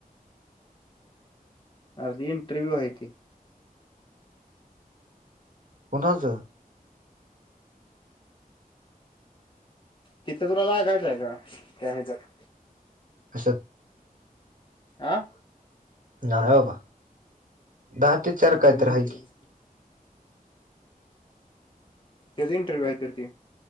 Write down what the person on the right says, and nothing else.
कोणाजा
असत
नाय हो बा दहा ते
चार कायतर
हाय की.